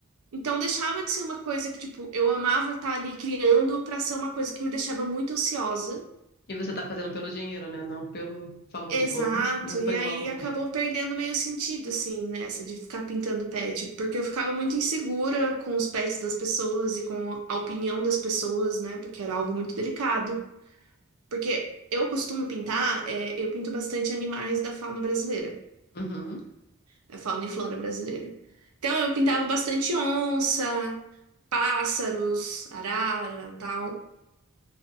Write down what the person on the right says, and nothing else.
Então deixava de ser uma coisa que, tipo, eu amava estar ali criando pra ser uma coisa que me deixava muito ansiosa.
Exato,
e aí
acabou perdendo meio sentido, assim, nessa de ficar pintando pet, porque eu ficava muito insegura com os pets das pessoas e com a opinião das pessoas, né? Porque era algo muito delicado. Porque eu costumo pintar, é, eu pinto bastante animais da fauna brasileira,
da fauna e flora brasileira. Então eu pintava bastante onça, pássaros, arara, tal.